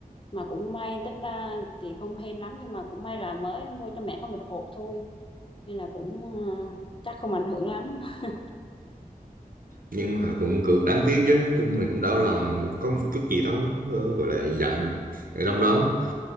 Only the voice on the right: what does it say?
nhưng mà cũng cũng đáng tiếc chứ nói chung mình cũng đau lòng mình cũng có một chút gì đó ờ, gọi là giận ở trong đó